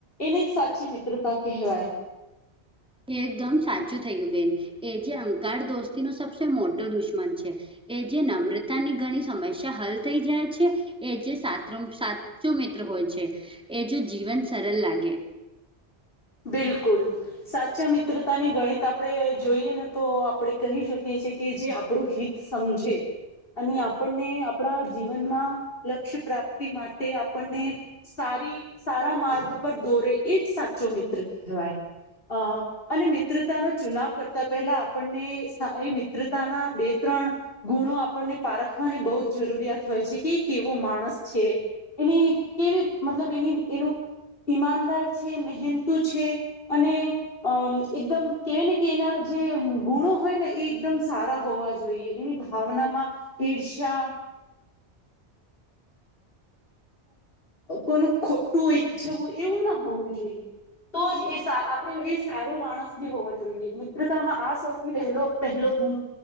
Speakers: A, on the left; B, in the centre.
A: એને જ સાચી મિત્રતા કહેવાય.
B: એકદમ સાચું થયું બેન એ જે અંકાર દોસ્તીનો સબસે મોટો દુશ્મન છે. એ જે નમ્રતાની ઘણી સમસ્યા હલ થઈ જાય છે એ જે સાત સા ચો મિત્ર હોય છે એ જો જીવન સરળ લાગે.
A: બિલકુલ સાચા મિત્રતાને ગણિત આપણે જોઈએ ને તો આપણે કહી શકીએ છે કે જે આપણું હિત સમજે. અને આપણને આપણા જીવનમાં લક્ષ્ય પ્રાપ્તિ માટે આપણને સારી સારા માર્ગ પર દોરે એ જ સાચો મિત્ર કહેવાય અ અને મિત્રતાનો ચુનાવ કરતા પહેલા આપણને એ મિત્રતાના બે ત્રણ ગુણો આપણને પારખવાની બહુ જ જરૂરિયાત હોય છે કે કેવો માણસ છે. એની કેવી મતલબ એની એનું ઈમાનદાર છે મહેનતુ છે. અને અમ એકદમ કવાય ને કે એના જે ગુણો હોય ને એ એકદમ સારા હોવા જોઈએ એની ભાવના માં ઈર્ષ્યા કોનું ખોટું ઈચ્છવું એવું ના હોવું જોઈએ. તો જ એ આપણે એ સારો માણસ ભી હોવો જોઈએ મિત્રતામાં આ સોથી પહેલો પહેલો ગુણ